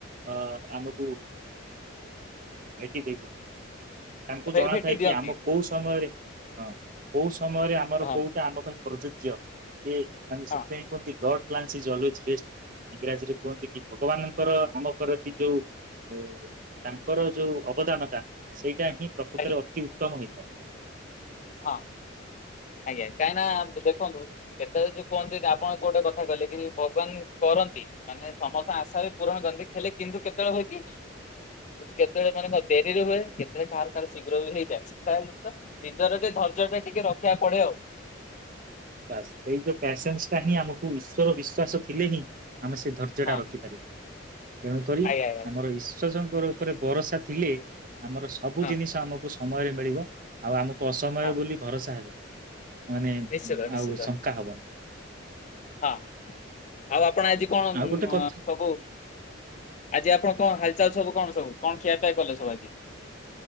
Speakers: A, on the right; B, on the left.
A: ଅ ଆମକୁ ଭେଟି ଦେବେ। ତାଙ୍କୁ
B: ହଁ ଭେ
A: ଜଣା
B: ଭେଟି
A: ଥାଏ କି
B: ଦିଅନ୍ତି
A: ଆମ କୋଉ ସମୟରେ ହଁ କୋଉ ସମୟରେ ଆମର
B: ହଁ
A: କୋଉଟା ଆମ ପାଇଁ ପ୍ରଯୁକ୍ତ୍ ଯ୍ୟ ସେ ମାନେ
B: ହଁ
A: ସେଥିପାଇଁ କୁ ଗ <unintelligible> ଇଂରାଜିରେ କୁହନ୍ତି କି ଭଗବାନଙ୍କର ଆମ ଯୋଉ ହୋଓ ତାଙ୍କର ଯୋଉ ଅବଦାନ ଟା। ସେଇଟା ହିଁ ପ୍ରକୃତରେ
B: ଆଜ୍ଞା
A: ଅତି ଉତ୍ତମ ହୋଇଥାଏ।
B: ହଁ ଆଜ୍ଞା କାଇଁ ନା ଖନ୍ତୁ ସେତେବେଳେ ଯୋଉ କୁହନ୍ତି ଆପଣ କୂ ଗୋଟେ କଥା କହଲେ କି ଭଗବାନ କରନ୍ତି ମାନେ ସମସ୍ତେ ଆଶା ପୁରାଣ କରନ୍ତି ଖେଲେ କିନ୍ତୁ କେତେବେଳେ ହେଛି କେତେବେଳେ ମାନେ ଡେରିରେ ହୁଏ କେତେବେଳେ କାହାର କଣ ଶୀଘ୍ର ବି ହେଇଯାଇଛି ତା ନିଜର ଟିକେ ଧର୍ଯ୍ୟ ଟା ଟିକେ ରଖିବାକୁ ପଡେ ଆଉ।
A: ବାସ ସେଇ ଯୋଉ ପସନ୍ସ ଟା ହିଁ ଆମକୁ ଈଶଵର ବିଶ୍ଵାସ ଥିଲେ ହିଁ ଆମେ ସେ ଧୈର୍ଯ୍ୟ
B: ହଁ
A: ଟା ରଖିପାରିବା ତେଣୁ କରି
B: ଆଜ୍ଞା ଆଜ୍ଞା
A: ଆମର
B: ଆଜ୍ଞା
A: ବିଶ୍ୱାସ ଉପରେ ଭରସା ଥିଲେ ଆମର ସବୁ
B: ହଁ
A: ଜିନିଷ ଆମକୁ ସମୟରେ ମିଳିବ ଆଉ ଆମ ଅସମୟ
B: ହଁ
A: ବୋଲି ଭରସା ହେବ। ମାନେ
B: ନିଶ୍ଚିତ ନିଶ୍ଚିତ
A: ଆଉ ଶଙ୍କା ହବନି।
B: ହଁ ଆଉ ଆ କୁଆଡେ ଆଜି କଣ
A: ଆଉ ଗୋଟେ କଥା
B: ସବୁ ଆଜି ଆପଣ କଣ ହାଲଚାଲ ସବୁ କଣ ସବୁ କଣ ଖିଆ ପାଇଁ କଲେ ସବୁ ଆଜି